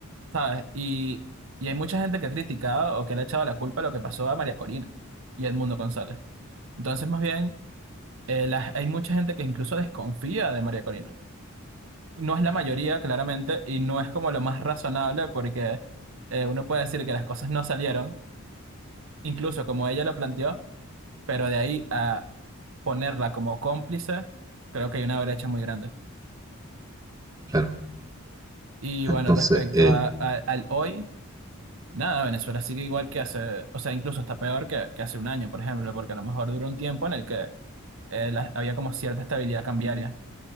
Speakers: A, on the right (about 65°); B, on the right (about 15°).
A: ¿sabes? Y, y hay mucha gente que ha criticado o que le ha echado la culpa a lo que pasó a María Corina y a Edmundo González. Entonces, más bien, eh, las- hay mucha gente que incluso desconfía de María Corina. No es la mayoría, claramente, y no es como lo más razonable porque eh, uno puede decir que las cosas no salieron, incluso como ella lo planteó, pero de ahí a ponerla como cómplice, creo que hay una brecha muy grande.
B: claro.
A: Y
B: Entonces,
A: bueno, respecto
B: eh,
A: a, a- al hoy. Nada, Venezuela sigue igual que hace, o sea, incluso está peor que, que hace un año, por ejemplo, porque a lo mejor duró un tiempo en el que eh, la- había como cierta estabilidad cambiaria,